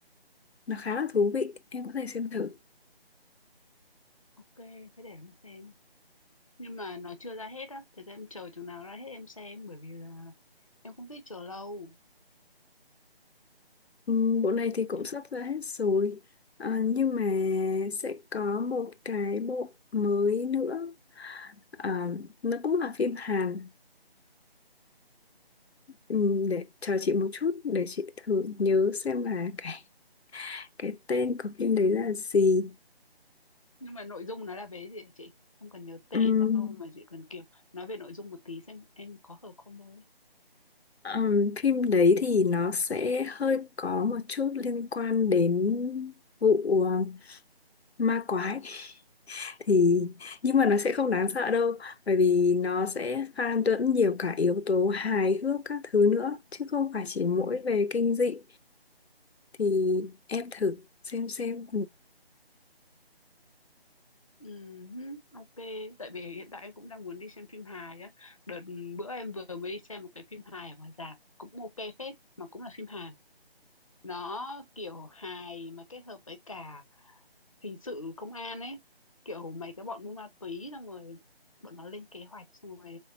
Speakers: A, on the left (about 85°); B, on the left (about 35°).
A: nó khá là thú vị em có thể xem thử
B: ok thế để em xem nhưng mà nó chưa ra hết á thế thì em chờ chừng nào ra hết em xem bởi vì là em không thích chờ lâu
A: Ừm, bộ này thì cũng
B: em...
A: sắp ra hết rồi à, nhưng mà sẽ có một cái bộ mới nữa à, nó cũng là phim Hàn Ừm, để chờ chị một chút để chị thử nhớ xem là cái cái tên của phim đấy là gì
B: nhưng mà nội dung nó là về gì hả chị không cần nhớ tên
A: Ừm,
B: đâu mà chỉ cần kiểu nói về nội dung một tí xem em có hợp không thôi
A: ừm, phim đấy thì nó sẽ hơi có một chút liên quan đến vụ ờ, ma quái thì nhưng mà nó sẽ không đáng sợ đâu bởi vì nó sẽ pha lẫn nhiều cả yếu tố hài hước các thứ nữa chứ không phải chỉ mỗi về kinh dị thì em thử xem xem
B: Ừm, ok tại vì hiện tại em cũng đang muốn đi xem phim hài á đợt bữa em vừa mới đi xem một cái phim hài ở ngoài rạp cũng ok phết mà cũng là phim Hàn nó kiểu hài mà kết hợp với cả hình sự công an ấy kiểu mấy cái bọn buôn ma túy xong rồi bọn nó lên kế hoạch xong rồi